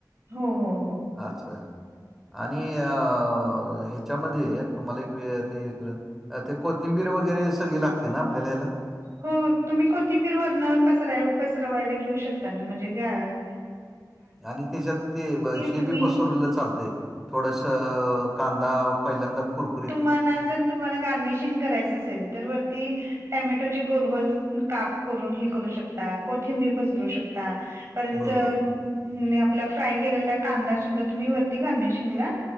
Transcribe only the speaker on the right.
हो हो हो
हो तुम्हीं कोथिंबीर वर्ण पसरां पसरवांयला घेऊं शकतांत नां म्हणजे घॅग
तुम्ही
तुम्हांला जरं तुम्हांला गार्निशिंग करायचं असेल तरं वरती टॅमॅटोचे गोलगोल कांप करूंन हे करूं शकतां कोथिंबीर पसरूं शकतां परंत
अं आपलां फ्राय केलेला कांदा सुद्धां तुम्हीं वरती गार्निशिंगला